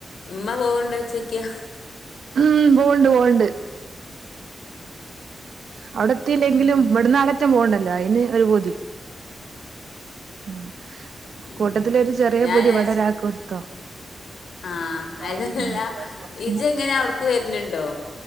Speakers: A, on the left (about 85°); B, on the right (about 70°).
A: ഇമ്മ പോവ്ണ്ടോയ്ച്ചോക്ക്യ
B: ഉം പോണ്ട് പോണ്ട്. അവിടെത്തില്ലെങ്കിലും
A: ഉം
B: വട്ന്ന് ആട റ്റം പോണ്ടല്ലോ അയ്ന് ഒരു പൊതി. ഉം
A: ഉം
B: കൂട്ടത്തിലൊരു ചെറിയ
A: ഞാൻ
B: പൊതി
A: വിചാരിച്ച്
B: വടരാക്ക് ഇട്ത്തോ.
A: ആഹ്
B: <unintelligible>
A: അല്ല ഇജ്ജ് എങ്ങനെ അവ്ട്ക്ക് വര്ന്ണ്ടോ